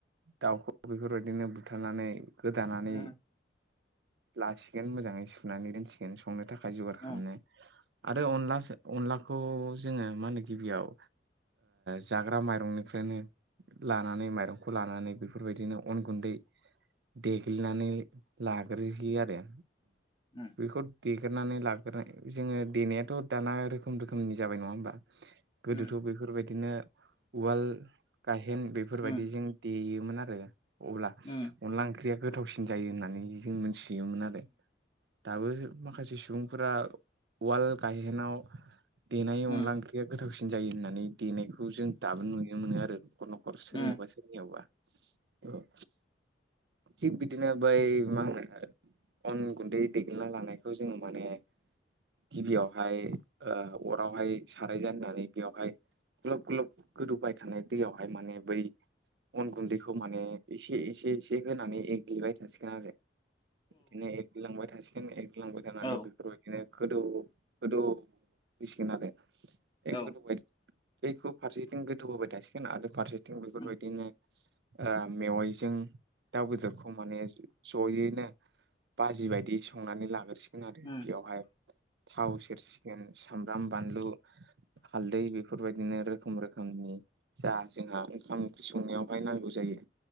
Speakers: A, on the right; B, on the left.
A: दाउखौ बेफोरबायदिनो बुथारनानै गोदानानै
B: उम
A: लासिगोन मोजांङै सुनानै दोनसिगोन संनो थाखाय जगार
B: उम
A: खालामनो आरो अनलाो अनलाखौ जोङो मा होनो गिबियाव जाग्रा माइरंनिफ्रायनो लानानै माइरंखौ लानानै बेफोरबायदिनो अन गुन्दै देग्लिनानै लाग्रोयो आरो
B: उम
A: बेखौ देगेरनानै लाग्र जोंङो देनायाथ' दाना रोखोम रोखोमनि जाबाय नंङा होमबा गोदोथ'
B: उम
A: बेफोरबायदिनो उवाल गायेन बेफोरबायदि
B: उम
A: जों देयोमोन आरो अब्ला
B: उम उम
A: अनला ओंख्रिया गोथावसिन जायो होननानै जों मोनथि देयोमोन आरो दाबो माखासे सुबुंफोरा उवाल गायहेनाव देनाय
B: उम
A: अनला ओंख्रिया गोथावसिन जायो होननानै देनायखौ जों दाबो नुनो मोनो आरो न'खर न'खर सोरनियावबाो
B: उम
A: औ थिग बिदिनो बै मा होनो अन गुन्दै दैग्लिना लानायखौ जोंङो माने गिबियावहाय अरावहाय साराय ज होननानै बेयावहाय ग्लब ग्लब गोदौबाय थानाय दैयावहाय माने बै अन गुन्दैखौ माने एसे एसे एसे होनानै एग्लिबाय थासिगोन आरो बिदिनो एग लांबाय थासिगोन एग लांबाय थानानै
B: औ
A: बेफोरबायदिनो गोदौ गोदौफैसिगोन आरो बे
B: औ
A: गोदौ बाय बेखौ फारसेथिं गोदौ होबाय थासिगोन आरो फारसेथिं बेफोरबायदिनो
B: उम
A: मेवाइजों दाउ बेदरखौ माने जयैनो बाजि बायदि संनानै लाग्रसिगोन आरो
B: उम
A: बेयावहाय थाव सेरसिगोन सामब्राम बानलु हालदै बेफोरबायदिनो रोखोम रोखोमनि जा जोंहा ओंखाम ओंख्रि संनायावहाय नांगौ जायो